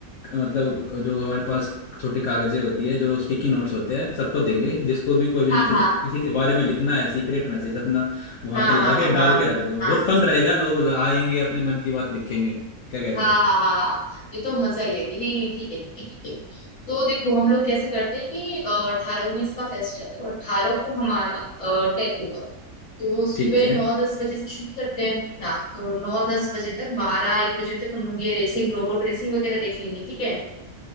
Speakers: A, on the left; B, on the left.
A: मतलब जो हमारे पास छोटी कागज़ें होती है जो स्टिकी नोट्स होते हैं सबको देंगे जिसको भी कोई भी
B: हाँ
A: मैसेज
B: हाँ
A: किसी के बारे में लिखना है सीक्रेट मैसेज अपना वहाँ
B: हाँ
A: पे लगा
B: हाँ
A: के
B: हाँ
A: डाल
B: हाँ
A: के रख दो
B: हाँ
A: बहुत फन रहेगा लोग आएंगे अपने मन की बात लिखेंगे क्या कहते
B: हाँ
A: हो
B: हाँ हाँ हाँ, ये तो मजा ही है कि नहीं नहीं ठीक है ठीक है ठीक है तो देखो हम लोग कैसे करते हैं कि अठारह उन्नीस का फेस्ट है तो अठारह को हमारा टेक होगा तो सुबह
A: ठीक है
B: नौ दस बजे से शुरू करते हैं ना तो नौ दस बजे तक बारह एक बजे तक हम लोग ये रेसिंग रोबोट रेसिंग वगैरह देख लेंगे ठीक है